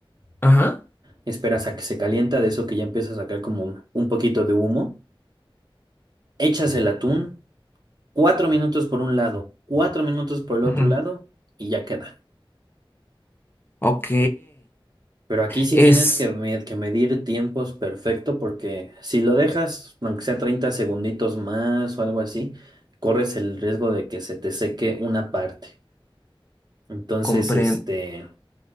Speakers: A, on the left; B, on the right.
A: Ajá.
B: esperas a que se calienta, de eso que ya empieza a sacar como un poquito de humo, echas el atún, cuatro minutos por un lado, cuatro minutos por el otro
A: Ujú.
B: lado y ya queda.
A: Ok.
B: Pero aquí sí
A: Es...
B: tienes que, me- que medir tiempos perfecto porque si lo dejas, aunque sea 30 segunditos más o algo así, corres el riesgo de que se te seque una parte. Entonces,
A: Comprendo.
B: este,